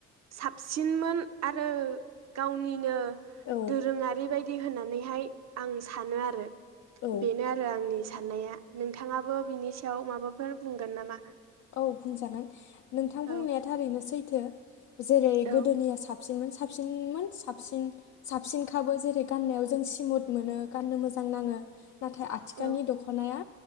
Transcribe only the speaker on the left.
औ
औ
औ बुंजागोन। नोंथां
बुंनाया थारैनो सैथो। जेरै
गोदोनिया साब सिन साबसिनमोन साबसिन साबसिनखाबो जेरै गाननायाव जों स्मुथ मोनो गाननो मोजां नाङो नाथाय आथिखालनि
दखनाया